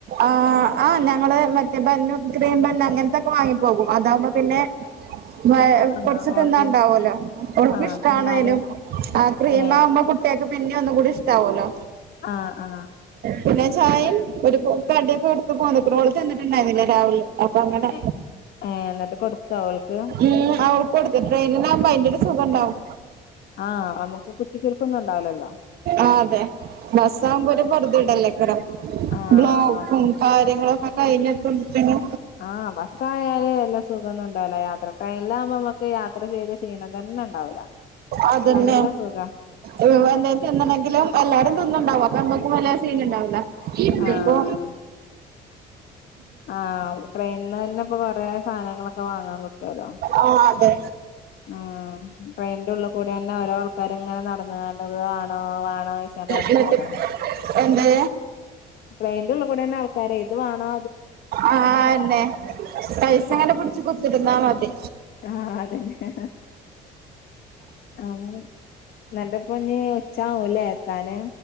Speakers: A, on the right; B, on the left.
A: ആഹ് ആഹ് ഞങ്ങള് മറ്റേ ബന്നും ക്രീം ബൻ അങ്ങനത്തൊക്കെ വാങ്ങിപ്പോകും. അതാമ്പോ പിന്നെ മ
B: ആ
A: കൊറച്ച തിന്നാണ്ടാവല്ലോ
B: ഓൾക്ക്
A: ഓൾക്
B: ആ
A: ഇഷ്ടണേനും.
B: തിന്നാല്
A: ആഹ് ക്രീമാവുമ്പോ
B: ഏ
A: കുട്ടിയക്ക് പിന്നെ ഒന്നും കൂടി ഇഷ്ടാവല്ലോ.
B: ആ ആ
A: പിന്നെ ചായയും ഒരു കടിയൊക്കെ എടുത്ത് പേന്ന്ക്ക്ണ് ഓള് തിന്നിട്ട് ഇണ്ടായില്ല രാവിലെ അപ്പൊ അങ്ങനെ
B: ഏ എന്നിട്ട് കൊടുത്തോ ഓൾക്ക്
A: ഉം ഇവിടുത്തെ ട്രെയിനിലാവുമ്പോ അയിന്റെരു സുഖണ്ടാവും.
B: ആഹ് നമുക്ക് കുത്തി കുൽക്കൊന്നും ഉണ്ടാവി ല്ലല്ലോ
A: ആഹ് അതെ ബസ് ആമ്പോ ഒരു പെറുതി ഇടല്ലേക്കറോ
B: ആ
A: ബ്ലോക്കും
B: ബസ്
A: കാര്യങ്ങളൊക്കെ കഴിഞ്ഞ പിന്നെ
B: ആഹ് ബസ്സായാല് നല്ല സുഖന്നും ഉണ്ടാവുല്ല യാത്ര ട്രെയിനിലമ്പോ നമുക്ക് യാത്ര ചെയ്ത ക്ഷീണം തന്നെ ഉണ്ടാവൂല.
A: അതന്നെ
B: നല്ല സുഖ
A: ഇവ് വ എന്തെക്കെ എന്തൊണ്ടങ്കിലും എല്ലാരും തിന്നുണ്ടാവും അപ്പൊ എന്തെക്കും വല്ല സീന്ണ്ടാവില്ല ഇത്പ്പോ
B: ആ ആഹ് ട്രെയിനിന്ന് തന്നെ ഇപ്പൊ കൊറെ സാനങ്ങളൊക്കെ വാങ്ങാൻ കിട്ടുവല്ലോ.
A: ആഹ് അതെ
B: ഉം ട്രെയിൻന്റെ ഉള്ള് കൂടി ന്നെ ഓരോ ആൾക്കാരും ഇങ്ങനെ നടന്ന കണ്ത് ത് വാണോ വാണോ <unintelligible> നടോ
A: എന്നിട്ട് എന്ത്
B: ട്രെയിന്റുള്ളികുടെന്നെ ആൾക്കരെ ഏത് വേണോ
A: ആഹ് ന്നെ പൈസങ്ങനെ പിടിച്ച് കുത്തിരുന്നാ മതി
B: ആഹ് അതന്നെ ആഹ് നന്റെപ്പൊന്ന് ഉച്ചാവൂല്ലേ എത്താന്